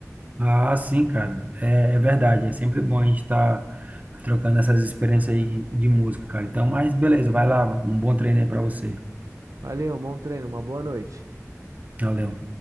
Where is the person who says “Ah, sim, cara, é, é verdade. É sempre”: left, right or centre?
Right